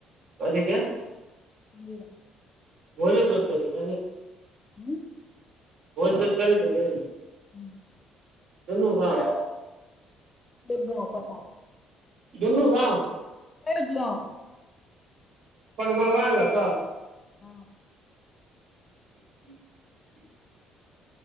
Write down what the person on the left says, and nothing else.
बल रह
ह
ह्म <unintelligible>
दुगम पता प
खलहु
हँ